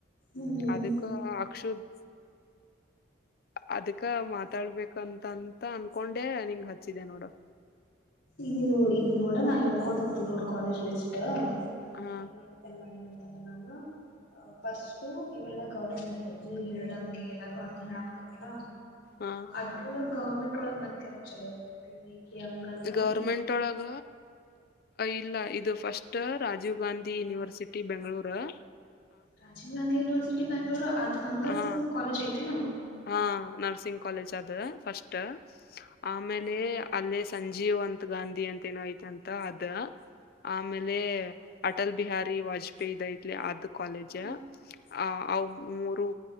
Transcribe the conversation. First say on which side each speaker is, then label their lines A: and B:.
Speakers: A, on the left; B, on the left.
A: ಹ್ಮ್ ಹ್ಮ್ ಹ್ಮ್
B: ಅದಕ್ಕ ಅಕ್ಷುತ್ ಅದಕ್ಕ ಮಾತಾಡ್ಬೇಕಂತಂತ ಅನ್ಕೊಂಡೆ ನಿಂಗ್ ಹಚ್ಚಿದೆ ನೋಡು.
A: ಇದು ಈಗ ನೋಡ ನಾ ಹೇಳ್ಕೊಂಡ್ ಹೋಗ್ತೀವಿ ನೋಡ ಕಾಲೇಜ್ ಲಿಷ್ಟ.
B: ಹಾ
A: ಏನ್ ಮಾಡ್ಬೇಕನ್ ಮಾಡಿನ ಅಂತಂದ್ರ ನಾನು. ಅ ಫಸ್ಟು ಇವೆಲ್ಲಾ ಗೌರ್ಮೆಂಟ್ದು ನೀವ್ ಹೇಳ್ದಂಗೆ ಎಲ್ಲಾರೂ ಅದ್ನೇ ಹೇಳಾಕ್ತಾರಲ್ಲ.
B: ಹಾ
A: ಅದ್ರೊಳಗ್ ಗೌರ್ಮೆಂಟ್ ಒಳಗ್ ಮತ್ತತ್ ಯಾವ್ದ್ ಚಲೋ ಇರ್ತೈತಿ ಲೈಕ್ ಹೆಂಗಂದ್ರ
B: ಗೌರ್ಮೆಂಟ್ ಒಳಗ ಇಲ್ಲ ಇದು first Rajiv Gandhi university Bengaluru.
A: Rajiv Gandhi university Bengaluru ಅದ ಹಂಗ ಅಂತ
B: ಹಾ
A: ಒಂದು ಕಾಲೇಜ್ ಐತೇನು?
B: ಹಾ ನರ್ಸಿಂಗ್ ಕಾಲೇಜ್ ಅದ ಫಸ್ಟು ಆಮೇಲೆ ಅಲ್ಲೇ ಸಂಜೆ ಜೀವಂತ್ ಗಾಂಧಿ ಅಂತ ಏನೋ ಐತಂತ ಅದ ಆಮೇಲೆ ಅಟಲ್ ಬಿಹಾರಿ ವಾಜಪೇಯಿ ಐದ ಇಲ್ಲಿ ಆದ ಕಾಲೇಜ್
A: ಹಾ
B: ಅ ಅವ್ ಮೂರು